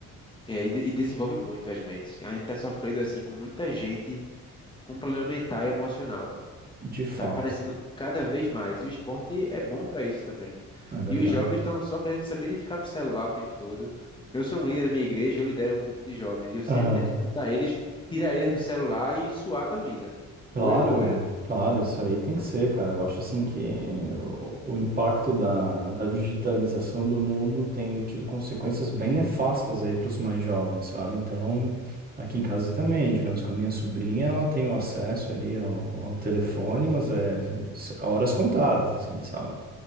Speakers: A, on the left; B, on the right.
A: É, e, de- e desenvolve muito as mentes. A gente tá sofrendo assim com muita gente com um problema mental e emocional.
B: De fato,
A: Tá aparecendo cada vez mais. E o esporte é bom para isso também.
B: é verdade.
A: E os jovens estão só querendo saber de ficar no celular o tempo todo. Eu sou um líder na minha igreja, eu lidero um grupo de jovens. E eu sempre
B: Aham.
A: tento putar eles, tirar eles do celular e suar a camisa.
B: Claro,
A: Olho no olho.
B: cara. Claro, isso aí tem que ser, cara. Eu acho assim que o, o impacto da, da digitalização do mundo tem tido consequências bem nefastas aí para os mais jovens, sabe? Então, aqui em casa também, digamos, com a minha sobrinha, ela tem o acesso ali ao, ao telefone, mas é s- horas contadas, assim, sabe?